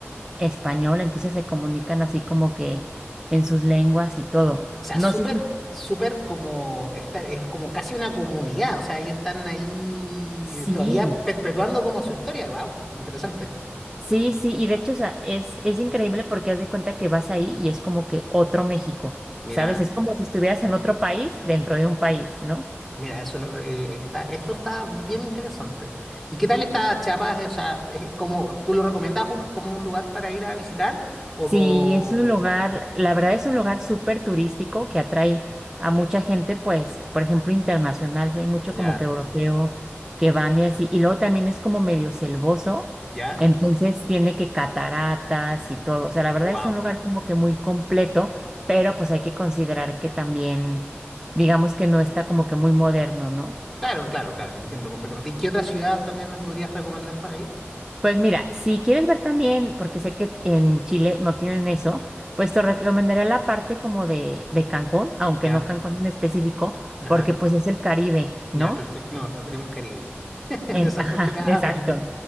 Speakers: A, on the right; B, in the centre.
A: español, entonces se comunican así como que en sus lenguas y todo.
B: O sea,
A: No
B: súper,
A: sé si,
B: súper como, esta- es como casi una comunidad. O sea, ellos están ahí
A: sí.
B: todavía perpetuando como su historia. Wow, qué in- interesante.
A: Sí, sí, y de hecho, o sea, es, es increíble porque haz de cuenta que vas ahí y es como que otro México,
B: Mira,
A: ¿sabes? Es como si estuvieras en otro país dentro de un país, ¿no?
B: mira, eso lo- eh, está, esto está bien interesante. ¿Y qué tal está Chiapas? Eh, O sea, es como, ¿tú lo recomiendas un- como un lugar para ir a visitar? O,
A: Sí,
B: o-
A: es un lugar, la verdad es un lugar súper turístico que atrae a mucha gente, pues, por ejemplo, internacional, sí, hay mucho
B: ya,
A: como que europeo que van y así, y luego también es como medio selvoso,
B: ya.
A: entonces tiene que cataratas y todo, o sea, la verdad
B: Wow.
A: es un lugar como que muy completo, pero pues hay que considerar que también, digamos que no está como que muy moderno, ¿no?
B: Claro, claro, claro, entiendo completamente. ¿Y qué otra ciudad también me podrías recomendar para ir?
A: Pues mira, si quieres ver también, porque sé que en Chile no tienen eso, pues te recomendaría la parte como de, de Cancún, aunque
B: Ya,
A: no Cancún en específico,
B: ajá.
A: porque pues es el Caribe,
B: Ya,
A: ¿no?
B: perfecto. No, no tenemos caries. <laughs>
A: En-
B: Desafortunadamente.
A: ajá, exacto.